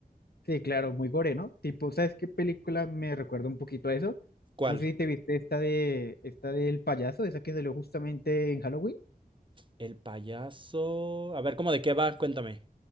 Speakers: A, on the left; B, on the right.
A: Sí, claro, muy gore, ¿no? Tipo, ¿sabes qué película me recuerda un poquito a eso?
B: ¿Cuál?
A: No sé si te viste esta de esta del payaso, esa que salió justamente en Halloween.
B: El payaso... A ver, ¿cómo de qué va? Cuéntame.